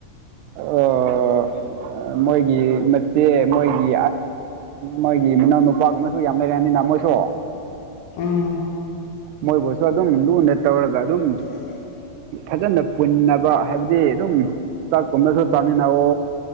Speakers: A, on the right (about 85°); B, on the left (about 60°).
A: ꯑꯥ
B: ꯎꯝ
A: ꯃꯣꯏꯒꯤ ꯃꯆꯦ ꯃꯣꯏꯒꯤ ꯃꯣꯏꯒꯤ ꯃꯤꯅꯥꯎ ꯅꯨꯄꯥꯒꯨꯝꯕꯁꯨ ꯌꯥꯝ ꯂꯩꯔꯛꯑꯅꯤꯅ ꯃꯣꯏꯁꯨ
B: ꯑꯥ
A: ꯃꯣꯏꯕꯨꯁꯨ ꯑꯗꯨꯝ ꯂꯨ ꯅ ꯇꯔꯒ ꯑꯗꯨꯝ
B: <unintelligible>
A: ꯐꯖꯅ ꯄꯨꯟꯅꯕ ꯍꯥꯏꯕꯗꯤ ꯑꯗꯨꯝ ꯆꯥꯛꯀꯨꯝꯅꯁꯨ ꯆꯥꯃꯤꯟꯅꯋ